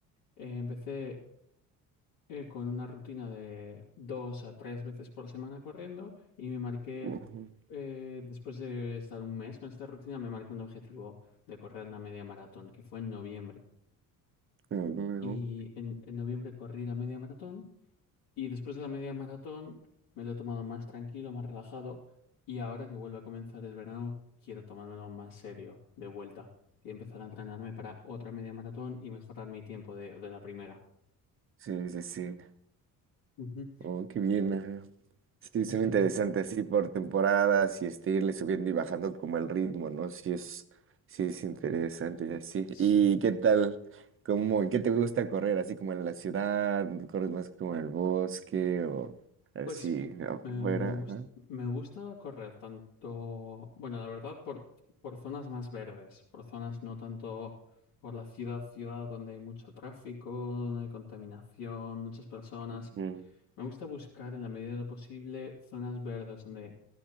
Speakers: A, on the left; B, on the right.
A: eh, empecé eh, con una rutina de dos a tres veces por semana corriendo y me marqué,
B: ujú,
A: eh, después de estar un mes con esta rutina, me marqué un objetivo de correr la media maratón, que fue en noviembre.
B: ujú, ujú.
A: Y en, en noviembre corrí la media maratón. Y después de la media maratón me lo he tomado más tranquilo, más relajado. Y ahora que vuelve a comenzar el verano, quiero tomármelo más serio de vuelta y empezar a entrenarme para otra media maratón y mejorar mi tiempo de, de la primera.
B: Sí, sí, sí.
A: Ujú.
B: Oh, qué bien. ajá. Sí,
A: Entonces,
B: son interesantes así por temporadas y este irle subiendo y bajando como el ritmo, ¿no? Sí es, sí es interesante y así.
A: sí.
B: ¿Y qué tal? ¿Cómo, qué te gusta correr? ¿Así como en la ciudad? ¿Corres más como en el bosque o así
A: Pues
B: afuera?
A: me, me, gus-
B: Ajá.
A: me gusta correr tanto, bueno, la verdad, por, por zonas más verdes, por zonas no tanto por la ciudad, ciudad donde hay mucho tráfico, donde hay contaminación, muchas personas.
B: Ujú,
A: Me gusta buscar en la medida de lo posible zonas verdes donde,